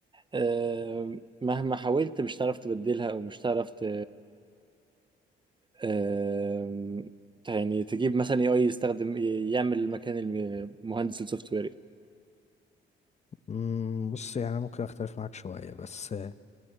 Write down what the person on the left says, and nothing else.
مم. بص يعني أنا ممكن اختلف معاك شويه بس آه،